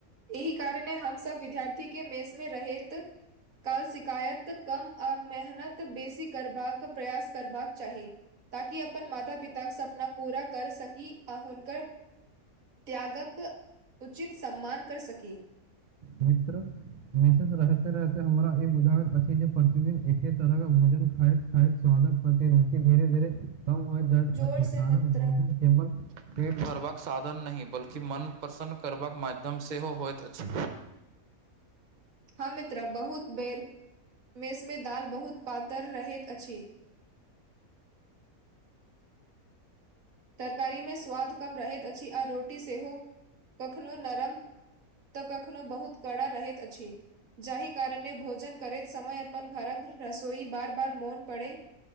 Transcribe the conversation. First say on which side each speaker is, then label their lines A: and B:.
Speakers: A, on the right; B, on the right.
A: एहि कारणे हम सब विद्यार्थी के मेज मे रहैत काल शिकायत कम आ मेहनत बेसी करबाक प्रयास करबाक चाही ताकि अप अपन माता पित क सपना पूरा कर सकी आ हुनक त्यागक उचित सम्मान <inaudible>
B: मित्र निशेष रहते रहते हमरा ई बुझाबैत अछि जे प्रतिदिन एके तरह के भोजन खाइत खाइत स्व ति रुचि धीरे धीरे कम हो जाइत
A: जोर से
B: कार
A: मित्र
B: भोजन केल पेटर साधन नहि बल्कि मन प्रसन्न करबाक माध्यम सेहो होइत अछि
A: हँ मित्र बहुत बेर मेसमे दाल बहुत पातर रहैत अछि तरकारीमे स्वाद कम रहैत अछि आ रोटी सेहो कखनो नरम तऽ कखनो बहुत कड़ा रहैत अछि जाहि कारणे भोजन करैत समय अपन घरक रसोई बार बार मौन पड़े